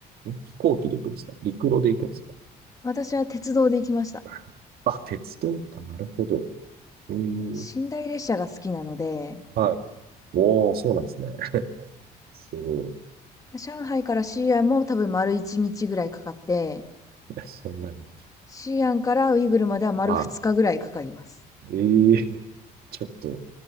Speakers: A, on the right; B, on the left.
A: ん飛行機で行くんですか陸路で行くんですか
B: 私は鉄道で行きました。
A: <laughs> あ、鉄道か。なるほど。うーん。
B: 寝台列車が好きなので、
A: はい。おー、そうなんですね。<laughs> そう
B: 上海から西安も多分丸1日ぐらいかかって、
A: うん <laughs> そんなに。
B: 西安からウイグルまでは丸2日ぐらいかかります。
A: はいええ <laughs> ちょっと